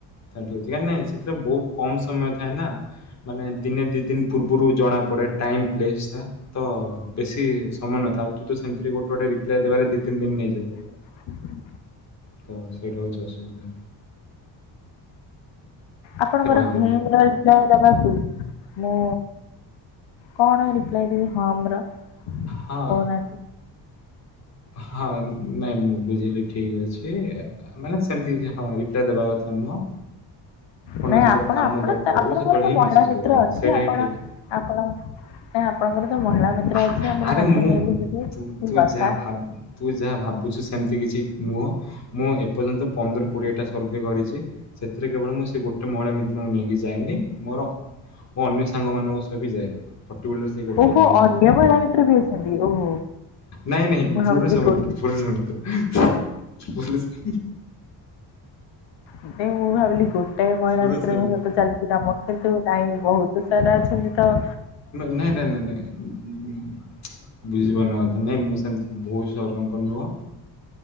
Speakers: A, on the left; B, on the left.
A: <unintelligible> ନାଇଁ ସେଥିରେ ବହୁତ କମ ସମୟ ଥାଏନା ଦିନେ ଦି ଦିନ ପୂର୍ବରୁ ଜଣାପଡେ ଟାଇମ ପ୍ଲେସଟା। ତ ବେଶୀ ସମୟ ନଥାଏ ଆଉ ତୁତ ସେମିତିରେ ଗୋଟେ ଗୋଟେ ରିପ୍ଲାଏ ଦେବାରେ ଦି ତିନି ଦିନ ନେଇଯିବୁ।
B: <inaudible>
A: ତ ସେଇଟା ହଉଚି ଅସୁବିଧା।
B: ଆପଣଙ୍କର
A: କହିଦେବି
B: ହୁଁମ ଗାର୍ଡ। ଯାଅ ଦବାକୁ ମୁଁ କଣ ରିପ୍ଲାଏ ଦେବି ହଁମର? କହୁନାହାନ୍ତି।
A: ହଁ ହଁ ନାଇଁ ମୁଁ ବୁଝିଲି ଠିକ ଅଛି। ମାନେ ସେମିତି କିଛିନାହିଁ ହଁ ରିପ୍ଲାଏ ଦେବା କଥା ନୁହଁ।
B: ନାଇଁ
A: ଯେତେବେଳେ
B: ଆପଣ
A: କାମ
B: ଆପଣତ
A: ଦର ପଡ଼ିବ
B: ଆପଣଙ୍କରତ
A: ସେତେବେଳେ ହିଁ
B: ମହିଳା
A: ମେସେଜ୍
B: ମିତ୍ର
A: କରିବେ
B: ଅଛି
A: ସେଇଟା
B: ଆପଣ?
A: ହିଁ ଠିକ୍।
B: ଆପଣ ନାଇଁ ଆପଣଙ୍କର ତ ମହିଳା ମିତ୍ର
A: ଆହା
B: ଅଛି ଆପଣ
A: ଆରେ
B: ତାଙ୍କୁ
A: ମୁଁ
B: ନେଇକି ଯିବେ
A: ତୁ
B: କି
A: ତୁ
B: କଥା।
A: ଯାହା ଭାବୁ ତୁ ଯାହା ଭାବୁଛୁ ସେମିତି କିଛି ନୁହଁ। ମୁଁ ଏପର୍ଯ୍ୟନ୍ତ ପନ୍ଦର କୋଡିଏଟା ସର୍ଭେ କରିଛି ସେଥିରେ କେବଳ ମୁଁ ସେ ଗୋଟେ ମହିଳା ମିତ୍ରଙ୍କୁ ନେଇକି ଯାଇନି ମୋର। ମୁଁ ଅନ୍ୟ ସାଙ୍ଗ ମାନଙ୍କ ସହ ବି ଯାଏ ପଟିକୁଲାର ସେଇ ଗୋଟେ
B: ଓହୋ
A: ଜଣଙ୍କ
B: ଅନ୍ୟ
A: ସହ।
B: ମହିଳା
A: ନୁହଁ
B: ମିତ୍ର ବି ଅଛନ୍ତି ଓହୋ
A: ନାଇଁ ନାଇଁ
B: ମୁଁ ଭାବିଥିଲି
A: ପୁରୁଷ
B: ଗୋ
A: ମିତ୍ର। ପୁରୁଷ ମିତ୍ର ପୁରୁଷ
B: ଏବେ ମୁଁ ଭାବିଲି ଗୋଟାଏ ମହିଳା
A: ପୁରୁଷ
B: ମିତ୍ରଙ୍କ
A: ମି
B: ସହିତ ଚାଲିଛି କାମ କିନ୍ତୁ ନାହିଁ ବହୁତ ସାରା ଅଛନ୍ତି ତ
A: ନାହିଁ ନାଇ ନାଇଁ ନାଇଁ ଉଁ ‌ବୁଝିପାରୁନ କଥା ‌ନାହିଁ ମୁଁ ସେମିତି ବହୁତ ସାରଙ୍କ ନୁହଁ।